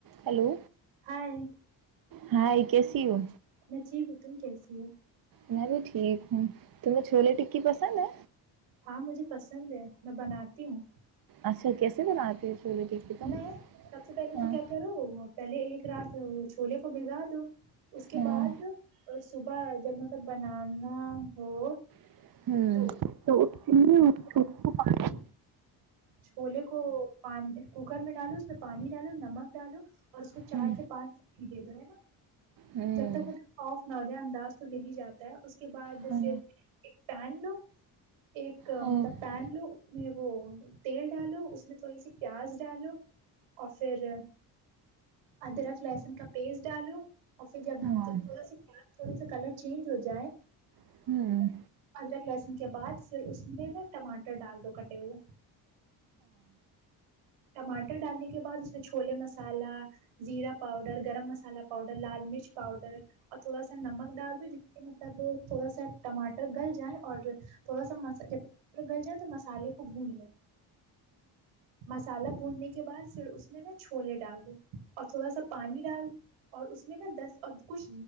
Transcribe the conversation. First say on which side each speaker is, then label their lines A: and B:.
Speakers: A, on the right; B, on the right.
A: ہلو
B: نہیں
A: ہاں ا کیسیی ہو
B: میں ٹھیک ہوں، تم کیسی ہو؟
A: میں بھی ٹھیک ہوں تمہیں چھلیے ٹکی پسند ہے
B: ہاں مجھے پسند ہے میں بناتی ہوں
A: اچھا، کیسی بناتی ہو چھولے ٹکی تم
B: میں سب سے پہلے
A: ہاں
B: تو کیا کرو پہلے ایک رات چھولے کو بگا دو اس کے
A: ہاں
B: بعد اور صبح جب مطلب بنانا ہو
A: ہوں
B: تو
A: تو چ
B: جی چھولے کو کوکر میں ڈالو اس میں پانی ڈالو نمک ڈالو اور اس کو چار
A: ہوں
B: سے پانچی دے دو ہے نا
A: ہوں
B: جب تک مطلب صاف نہ ہو جائے انداز تو مل ہی جاتا ہے اس کے بعد
A: ہوں ہاں
B: پھر ایک پین لو ایک
A: ہاں
B: مطلب پین لو اس میں وہ تیل ڈالو اس میں تھوڑی سی پیاز ڈالو اور پھر ادرک لہسن کا پیسٹ ڈالو اور پھر جب
A: ہاں ہاں ہوں
B: جب
A: ہاں ہاں ہاں
B: تھوڑا سا پیاز تھوڑا سا کلر چینج ہو جائے
A: ہاں ہوں
B: ادرک لہسن کے بعد پھر اس میں نا ٹماٹر ڈال دو کٹے ہوئے ٹماٹر ڈالنے کے بعد اس میں چھولے مسالہ زیرا پاؤڈر گرم مسالہ پاؤڈر لال مرچ پاؤڈر اور تھوڑا سا نمک ڈال دو جس سے مطلب تھوڑا سا ٹماٹر گل جائے اور تھوڑا سا مس اورگر گلجا تو مسالے خوب بھون لو مسالہ بھوننے کے بعد پھر اس میں نا چھولے ڈال دو اور تھوڑا سا پانی ڈال اور اس میں نا دس کچھ